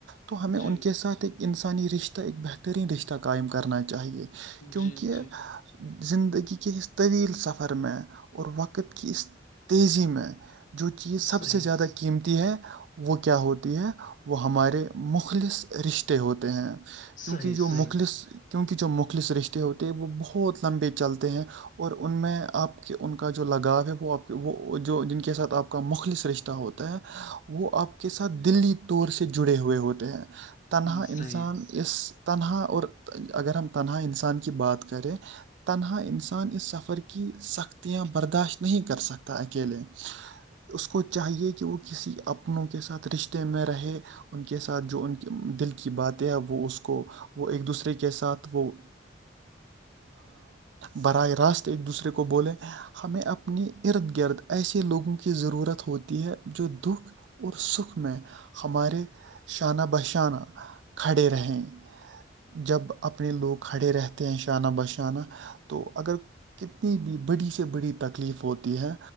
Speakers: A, on the right; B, on the left.
A: تو ہمیں ان
B: جی
A: کے ساتھ ایک انسانی رشتہ ایک بہترین رشتہ قائم کرنا چاہیے کیونکہ
B: جی جی
A: زندگی کے اس طویل سفر میں اور وقت وقت کی اس تیزی میں جو چیز سب
B: صحیح
A: سے زیادہ قیمتی ہے وہ کیا ہوتی ہے وہ ہمارے مخلص رشتے ہوتے ہیں کیونکہ
B: صحیح
A: جو مخلص
B: صحیح
A: کیونکہ جو مخل سرشتے ہوتے ہیں وہ بہت لمبے چلتے ہیں اور ان میں آپ کے ان کا جو جو لگاؤ ہے وہ آپ وہ جو جن کے ساتھ آپ کا مخل س رشتہ ہوتا ہے وہ وہ آپ کے ساتھ دلی طور سے جڑے ہوئے ہوتے ہیں تنہا
B: صحیح
A: انسان اس تنہا اور اگر ہم تنہا انسان کی بات کریں تنہا انسان اس سفر کی سختیاں برداشت نہیں کر سکتا اکیلے اس کو چاہیے کہ وہ کسی اپنوں کے ساتھ رشتے میں رہے ان کے ساتھ جو ان کی دل کی باتیں ہیں وہ ا کو وہ ایک دوسرے کے ساتھ وہ براہ راست ایک دوسرے کو بولیں ہمیں اپنے ارد گرد ایسے لوگوں کی ضرورت ہوتی ہے جو دکھ اور سکھ میں ہمارے شانہ بہ شانہ کھڑے رہیں جب اپنے لوگ کھڑے رہتے ہیں شانہ بہشانہ تو اگر کتنی بھی بڑی بڑی تکلیف ہوتی ہے